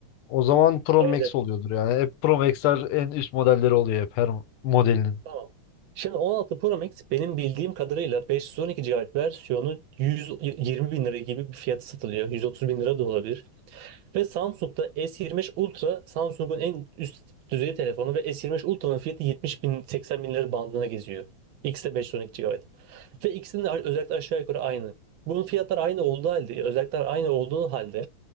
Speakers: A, on the left (about 80°); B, on the right (about 75°).
A: O zaman Pro
B: Evet,
A: Max
B: evet.
A: oluyordur yani. Hep Pro Max'ler en üst modelleri oluyor hep her modelinin.
B: Tamam. Şimdi 16 Pro Max benim bildiğim kadarıyla 512 GB versiyonu 120 bin lira gibi bir fiyatı satılıyor. 130 bin lira da olabilir. Ve Samsung'da S25 Ultra Samsung'un en üst düzey telefonu ve S25 Ultra'nın fiyatı 70 bin 80 bin lira bandına geziyor. X'de 512 GB. Ve ikisinin de özellikler aşağı yukarı aynı. Bunun fiyatları aynı olduğu halde, özellikler aynı olduğu halde